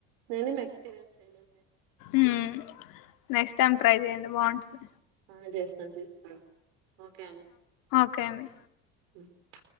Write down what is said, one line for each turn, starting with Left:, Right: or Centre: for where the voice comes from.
Right: నేనే ఎక్స్పీరియన్స్ చేయలేదు లెండి
Left: ఉమ్ నెక్స్ట్ టైమ్ ట్రై చెయండి బాగుంటుది
Right: ఆ చేస్తాను చేస్తాం ఓకే అండి
Left: ఒకేండి
Right: ఉమ్